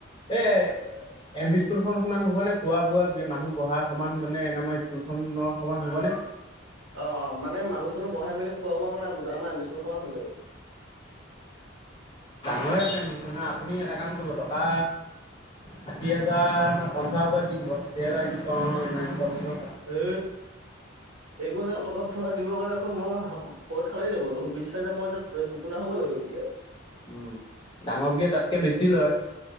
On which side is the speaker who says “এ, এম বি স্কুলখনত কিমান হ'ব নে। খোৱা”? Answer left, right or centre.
Left